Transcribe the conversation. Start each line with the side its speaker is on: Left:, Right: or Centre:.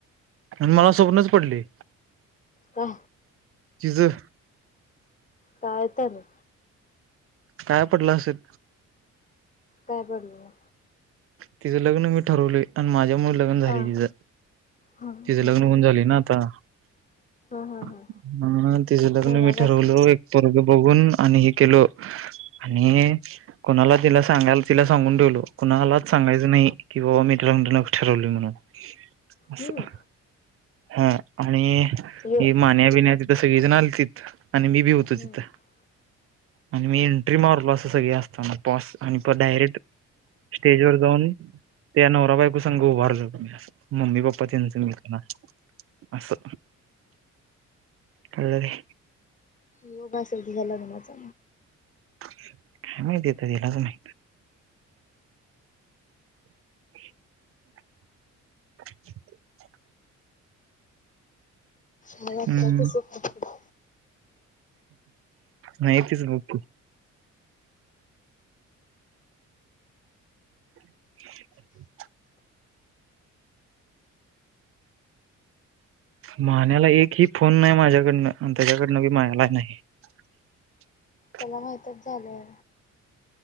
Right: आणि मला स्वप्नच पडली
Left: का
Right: तिचं
Left: काय तर,
Right: काय पडलं असेल.
Left: काय पडलं.
Right: तिचं लग्न मी ठरवले आणि माझ त्यामुळं लग्न झाली
Left: हा
Right: तिज,
Left: हा हा
Right: तिचं लग्न होऊन झाले ना आता.
Left: हा
Right: हम्म,
Left: हा
Right: तिजं लग्न
Left: होणार
Right: बी ठरवलो
Left: असेल
Right: एक पोरगं बघून आणि हे केलो आणि कुणाला तिला सांगाल तिला सांगून ठेवलो कुणाला सांगायच नाही, कि बाबा मी तुझं लग्न ठरवलंय म्हणून असं.
Left: हम्म
Right: हा आणि
Left: यो
Right: हे मान्या बिण्या तिथं सगळेजण आल्तीत. आणि मी बी होतो
Left: हम्म
Right: तिथं, आणि मी एंट्री मारलो अस सगळे असताना टॉस आणि डायरेक्ट स्टेज वर जाऊन, त्या नवरा बायकू संग उभा राहिलो होतो मी असं. मम्मी पप्पा त्यांचं मी होतो ना असं. कळलं काय?
Left: योग <unintelligible> झाला म्हणायचा
Right: काय माहितीे? आता इलाज नाय. <unintelligible> <unintelligible>
Left: मला वाटतंय
Right: हम्म
Left: तसंच असल.
Right: माहितीच नव्हतं. <unintelligible> मान्याला एक ही फोन नाही माझ्याकडनं आणि त्याच्याकडनं बी माला नाही. <inaudible>
Left: त्याला माहितंच झालंय.